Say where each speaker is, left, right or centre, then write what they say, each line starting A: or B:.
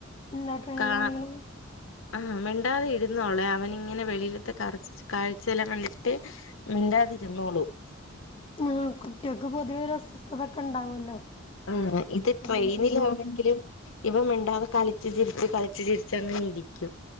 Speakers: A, on the left (about 25°); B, on the left (about 70°).
A: എന്ന ട്രെയിനിലാണെങ്കിലും
B: കാ ആഹ് മിണ്ടാതെ ഇരുന്നോളെ അവൻ ഇങ്ങനെ വെളിയിലത്തെ കർച്ച് കാഴ്ചയെല്ലാം കണ്ടിട്ട് മിണ്ടാതിരുന്നൊളും
A: ആഹ് കുട്ടികക്ക് പൊതുവെ ഒരു അസ്വസ്ഥതൊക്കെ ഉണ്ടാവുമല്ലോ
B: ഉം ഇത്
A: അതൊന്നും
B: ട്രെയിനിലാണെങ്കിലും
A: ഉണ്ടാവില്ല
B: ഇവൻ മിണ്ടാതെ കളിച്ചു ചിരിച്ച് കളിച്ചു ചിരിച്ച് അങ്ങനെ ഇരിക്കും